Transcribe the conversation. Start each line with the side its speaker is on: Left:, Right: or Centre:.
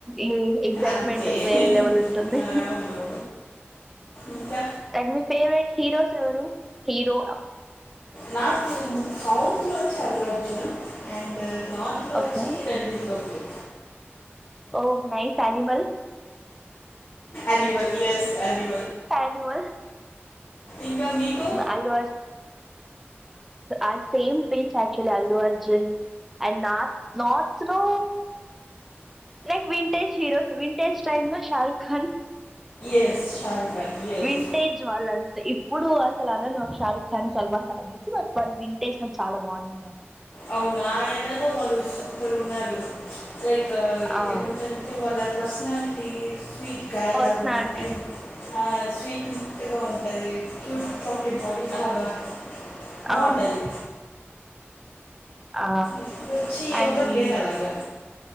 Centre: ఈ ఎగ్జైట్మెంట్
Left: అంతే
Centre: వేరే లెవెల్ ఉంటుంది
Left: ఆ, అవును ఇంకా
Centre: ట్ మీ ఫేవరెట్ హీరోస్ ఎవరు హీరో
Left: నార్ సౌత్ లో వచ్చి అల్ అర్జున్ అండ్ నార్త్ లో
Centre: ఓకే
Left: వచ్చి రణబీర్ కపూర్
Centre: ఓహ నయి సానిమల్
Left: ఎనిమల్ యస్ అని
Centre: పనిల్
Left: ఇంకా మీకు
Centre: అల్ ఆ సేమ్ పిన్స్ క్చులీ అల్లు అ జీన్ అండ్ నార్ నార్త్ లో like vintage heroes vintage time లో Shah Rukh Khan
Left: is Shahrukh Khan is
Centre: vintage వాళన్ ఇప్పుడు అసలు అనను షారుఖ ఖాన్ సల్మాన్ ఖాన్ అనేసి బట్ వాళ్ళు వింటేస చాలా బాగున్నారు అ
Left: అవును ఆ ఎర్రలో వాళ్ళు సూపర్ గా ఉన్నారు లైక్
Centre: అవును
Left: ఏమంటారంటే వాళ్ళ పర్ ప గగాయలా
Centre: పర్సనాలిటీ
Left: గుంది అ స్వీట్ ముట్గా ఉంటాది క్యూడ్ చాక్లెట్ బాయ్ అలాగా బాగుంటుంది
Centre: అవును ఆ
Left: ఇప్పుడు వచ్చి
Centre: అడ్
Left: ఎవరు లేరు అలాగా